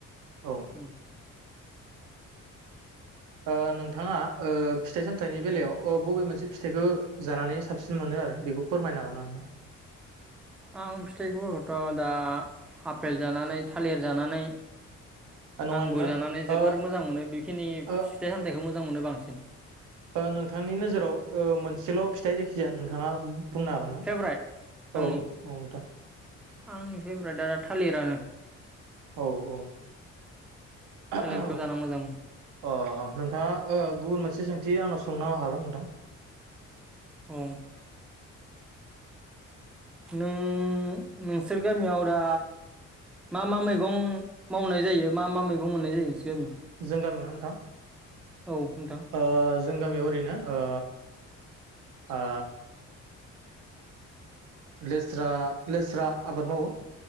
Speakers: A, on the right; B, in the centre.
A: औ ओ।
B: उम
A: ओ नोंथाङा ओ फिथाइ सामथाइनि बेलायाव ओ बबे मोनसे फिथाइखौ जानानै साबसिन मोनो आरो बेखौ फोरमायनो हागोन ना नोंथां?
B: आं फिथाइफोरखौथ दा आपेल जानानै थालिर जानानै
A: ना नोंथां
B: आंगुरजानानै जोबोर
A: ओ
B: मोजां मोनो बेखिनि
A: नङा नोंथां ओ
B: फिथाइ सामथाइखौ मोजां मोनो बांसिन। जेन।
A: ओ नोंथांनि नोजोराव ओ मोनसेल फिथाइ जायखिजाया नोंथाङा बुंनो हागोन ना
B: फेभराइट
A: औ
B: आंनि
A: औ नोंथां।
B: आंनि फेभ्रेटआ थालिरानो।
A: औ औ।
B: थालिरखौ
A: औ
B: जाना मोजां मोनो
A: अ अ नोंथाङा ओ गुबुन मोनसे सोंथि आंनाव सों नो हागोन नोंथां।
B: औ नों नोंसोर गामियाव दा मा मा मैगं मावनाय जायो मा मा मैगं मोननाय जायो नोंसोर गामियाव
A: जों गामियाव ना नोंथां?
B: औ नोंथां
A: ओ जों गामियाव ओरैनो ओ ओ ओ लेस्रा लेस्रा आबाद मावो